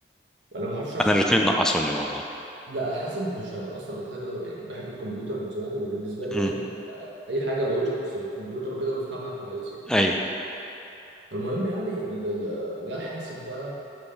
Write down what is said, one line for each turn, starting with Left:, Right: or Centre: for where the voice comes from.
Right: وانا ما اعرفش ارسم
Centre: انا الاتنين
Right: تماما
Centre: نقصوني والله
Right: لا الحاسب مش هينقصني انا كده كده يعني بحب الكمبيوتر من زمان وبالنسبه لي
Centre: مم.
Right: يعني اي حاجه لوجيك زي الكمبيوتر وكده بفهمها كويس يعني.
Centre: ايوه
Right: فالمهم يعني ال- ال- جه الحاسب بقى